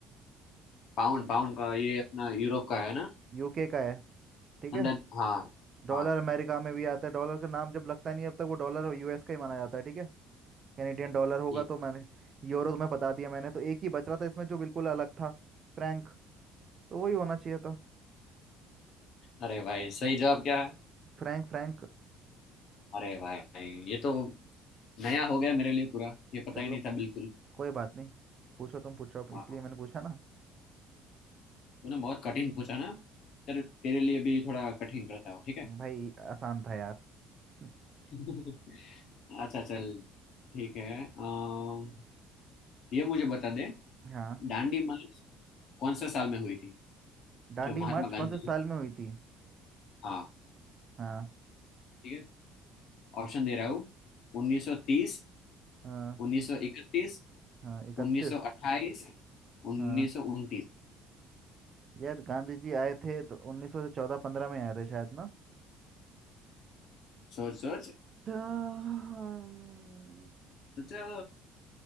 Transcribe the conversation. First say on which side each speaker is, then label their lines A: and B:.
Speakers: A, on the left; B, on the right.
A: पाउंड पाउंड का ये अपना यूरोप का है ना
B: यूके का है ठीक
A: लंदन
B: है
A: हाँ
B: डॉलर
A: हाँ
B: अमेरिका में भी आता है डॉलर का नाम जब लगता नहीं है, अब तक वो डॉलर और यूएस का ही माना जाता है ठीक है कैनेडियन डॉलर होगा
A: ये
B: तो मैंने यूरो तुम्हें बता दिया मैंने तो एक ही बच रहा था इसमें जो बिल्कुल अलग था फ्रैंक तो वही होना चाहिए था
A: अरे भाई सही जवाब क्या है
B: फ्रैंक फ्रैंक
A: अरे भाई ये तो नया हो गया मेरे लिए पूरा ये पता
B: चलो
A: ही नहीं था बिल्कुल
B: कोई बात नहीं पूछो तुम पूछो
A: हाँ
B: इसलिए मैंने पूछा ना
A: तूने बहुत कठिन पूछा ना चल तेरे लिए भी थोड़ा कठिन करता हूँ ठीक है
B: भाई आसान था यार <laughs>
A: <laughs> अच्छा चल ठीक है अम, ये मुझे बता दे
B: हाँ
A: दांडी मार्च कौन से साल में हुई थी
B: दांडी
A: जो महात्मा
B: मार्च
A: गांधी
B: कौन से साल में हुई थी
A: हाँ
B: हाँ
A: ठीक है ऑप्शन दे रहा हूँ 1930
B: हाँ
A: 1931
B: हाँ इकतीस
A: 1928 1929
B: हाँ यार गांधी जी आए थे तो उन्नीस सौ चौदह पंद्रह में आए थे शायद ना
A: सोच सोच
B: तो, हम्म,
A: सोचो